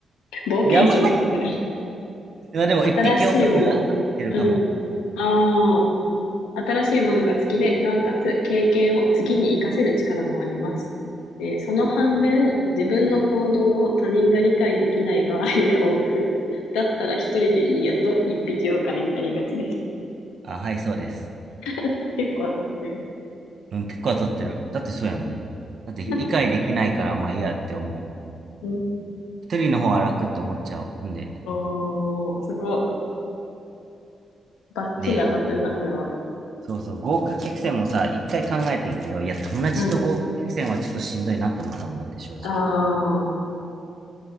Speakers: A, on the left; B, on the right.
A: 冒険心ばっかり。
B: ん。やばい。まあでも一匹狼が合ってるかも。
A: 新しいもの。うん。ああ、新しいものが好きで、なおかつ経験を次に活かせる力もあります。えーその反面、自分の行動を他人が理解できない場合が多く、だったら一人でいいやと一匹狼になりがちです。
B: あ、はい、そうです。
A: <laughs> 結構当たってる。
B: うん、結構当たってる。だってそうやもん。だって理解できないからまあいいやって思う。
A: <laughs> うん、
B: 一人の方は楽って思っちゃう。ほんで。
A: おー、すごい。バッチリ当たってんな、
B: で、
A: これは。
B: そうそう、豪華客船もさ、一回考えてんけど、いや、友達と豪華客船はちょっとしんどいなって思ったもんだって、
A: うん。
B: 正直。
A: ああ、